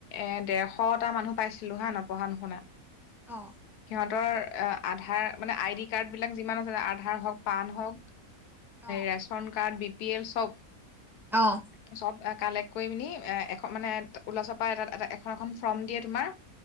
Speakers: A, on the left; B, in the centre.
A: এ ডেৰশটা মানুহ পাইছিলো হয় নপঢ়া নুশুনা
B: অ
A: সিহঁতৰ আ আধাৰ মানে আইডি কাৰ্ড বিলাক যিমান আছে আধাৰ হওক পান হওক
B: অ',
A: ration card B P L চব
B: অ',
A: চব এক কালেক্ট কৰি পিনি এ এখন মানে ওলচপাই এটা এ এখন এখন ফৰ্ম দিয়ে তোমাৰ